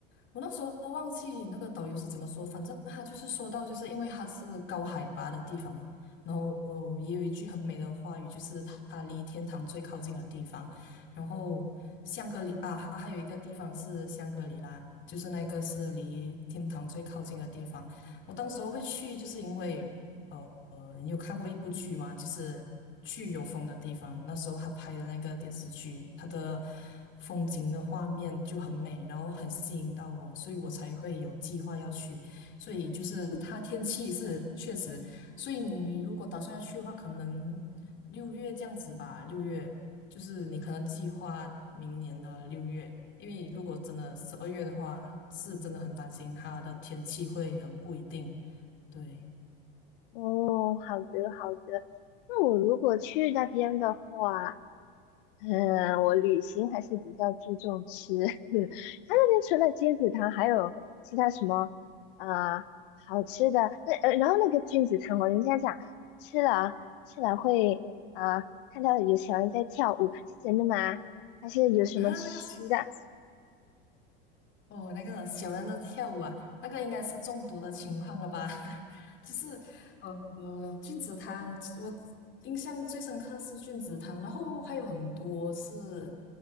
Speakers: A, on the left; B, on the left.
A: 我那时候忘记那个导游是怎么说，反正他就是说到，就是因为他是高海拔的地方嘛，然后也有一句很美的话语，就是他离天堂最靠近的地方。然后香格里啊，他还有一个地方是香格里拉，就是那个是离天堂最靠近的地方。我当时候会去，就是因为。呃你有看过一部剧吗？就是去有风的地方，那时候他拍的那个电视剧，他的风景的画面就很美，然后很吸引到我，所以我才会有计划要去。所以就是它天气是确实，所以你如果打算要去的话，可能六月这样子吧，六月就是你可能计划明年的六月，因为如果真的十二月的话，是真的很担心它的天气会很不一定，对。
B: 哦，好的好的，那我如果去那边的话，嗯，我旅行还是比较注重吃。<laughs> 他那边除了金子汤，还有其他什么啊好吃的？那呃，然后那个菌子汤，我人家讲吃了啊吃了会啊，看到有小人在跳舞，是真的吗？还是有什么吃的？
A: <laughs> 那个哦，那个小人在跳舞啊，那个应该是中毒的情况了吧？<laughs> 就是呃，菌子汤，我印象最深刻是菌子汤，然后还有很多是